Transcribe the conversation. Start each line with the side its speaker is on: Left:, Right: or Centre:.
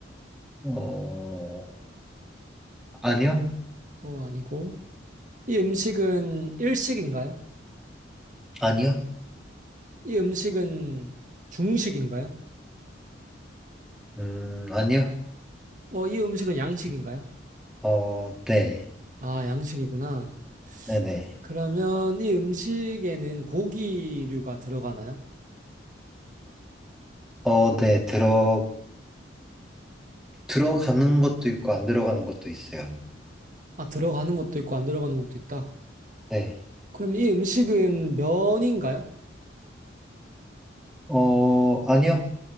Centre: 어, 아니요?
Right: 어, 아니고. 이 음식은 일식인가요?
Centre: 아니요?
Right: 이 음식은 중식인가요?
Centre: 음, 아니요?
Right: 어, 이 음식은 양식인가요?
Centre: 어, 네,
Right: 아, 양식이구나.
Centre: 네네.
Right: 그러면 이 음식에는 고기류가 들어가나요?
Centre: 어, 네, 들어, 들어가는 것도 있고, 안 들어가는 것도 있어요.
Right: 아, 들어가는 것도 있고 안 들어가는 것도 있다.
Centre: 네,
Right: 그럼 이 음식은 면인가요?
Centre: 어, 아니요?